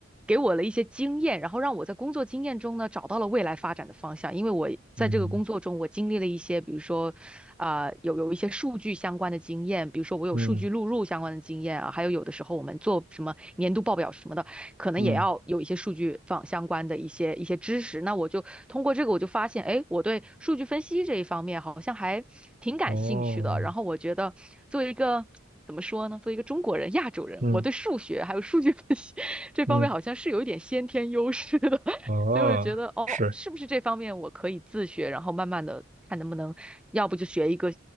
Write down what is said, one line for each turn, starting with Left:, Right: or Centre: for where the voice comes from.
Centre: 给我了一些经验，然后让我在工作经验中呢找到了未来发展的方向，因为我在这个工作中，
Right: 嗯
Centre: 我经历了一些，比如说。啊、有有一些数据相关的经验，比如说我有数据录入相关的经验啊，
Right: 嗯
Centre: 还有有的时候我们做什么年度报表什么的，可能也要有一些数据方相关的一些一些知识。
Right: 嗯，
Centre: 那我就通过这个，我就发现，哎，我对数据分析这一方面好像还挺感兴趣的。
Right: 哦，
Centre: 然后我觉得作为一个怎么说呢，作为一个中国人、亚洲人，
Right: 嗯
Centre: 我对数学还有数据分析 <laughs> 这方面好像是有一点先天优势的。
Right: 嗯哦，
Centre: 所以我就觉得，哦，
Right: 是，
Centre: 是不是这方面我可以自学，然后慢慢的看能不能，要不就学一个